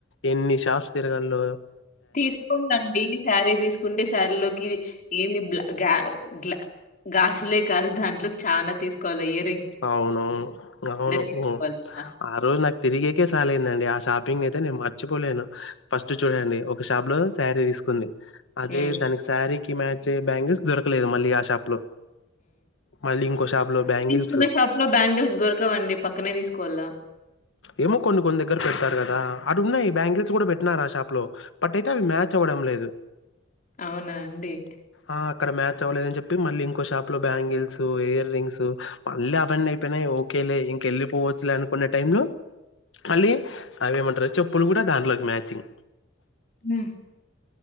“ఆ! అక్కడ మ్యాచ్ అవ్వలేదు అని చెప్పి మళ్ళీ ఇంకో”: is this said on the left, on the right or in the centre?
Left